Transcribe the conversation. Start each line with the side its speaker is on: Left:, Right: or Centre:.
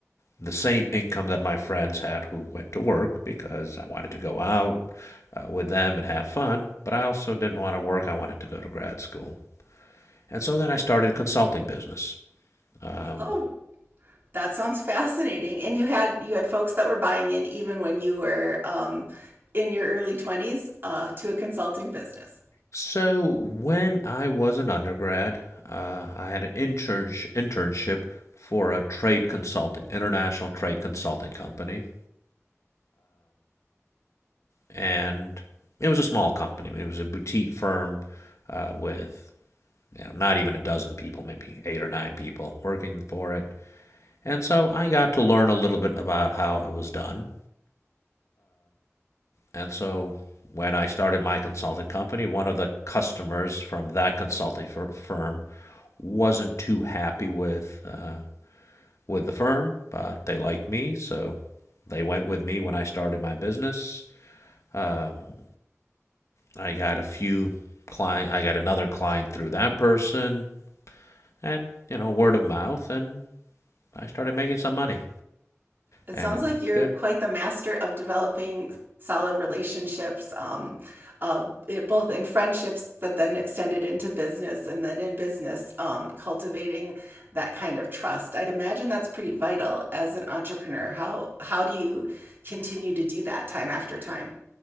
Left: the same income that my friends had who went to work because I wanted to go out uh, with them and have fun, but I also didn't want to work. I wanted to go to grad school. And so then I started a consulting business. Um,
Right: oh that sounds fascinating and you had you had folks that were buying in even when you were um, in your early 20s uh, to a consulting business
Left: so when I was an undergrad, uh, I had an intern- internship for a trade consulting, international trade consulting company. And it was a small company. It was a boutique firm uh, with you know, not even a dozen people, maybe eight or nine people working for it. And so I got to learn a little bit about how it was done. And so when I started my consulting company, one of the customers from that consulting firm wasn't too happy with uh, with the firm, but they liked me, so they went with me when I started my business. Um, I got a few client, I got another client through that person, and you know, word of mouth, and I started making some money.
Right: It
Left: and
Right: sounds
Left: it
Right: like
Left: was
Right: you're
Left: good.
Right: quite the master of developing solid relationships, um, uh, it, both in friendships that then extended into business and then in business, um, cultivating that kind of trust. I'd imagine that's pretty vital as an entrepreneur. How, how do you continue to do that time after time?